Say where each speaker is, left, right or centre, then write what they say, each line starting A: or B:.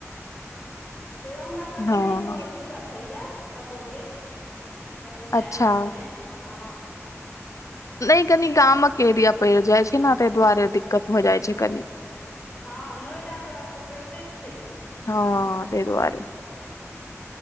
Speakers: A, on the left; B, on the left.
A: तैयो हमरा सबके
B: हँ
A: नै ओ दिक्कत होइये कतौ के। कतौ
B: अच्छा
A: जाय आबय मे हँ।
B: नै कनी गामक एरिया पड़ि जाइ छै न तै दुवारे दिक्कत भऽ जाइ छै कनि।
A: हँ नोएडा तरफ त पड़िते छै।
B: हँऽ तै दुवारे।